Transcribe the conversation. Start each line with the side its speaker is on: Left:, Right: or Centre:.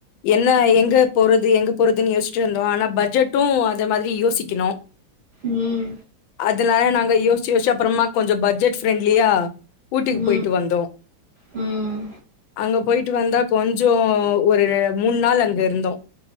Left: என்ன எங்க போறது எங்க போறதுன் யோஸ்டேருந்தோ ஆனா பட்ஜெட்டு அது மாதிரி யோசிக்கிணு
Right: ம்
Left: அதனால நாங்க யோசிச்சு யோசிச்சு அப்பறமா கொஞ்சோ பட்ஜெட் ஃப்ரெண்ட்லியா ஊட்டிக்கு
Right: ம்
Left: போய்ட்டு வந்தோ
Right: ம்
Left: அங்க போய்ட்டு வந்தா கொஞ்சோ ஒரு மூணு நாள் அங்க இருந்தோ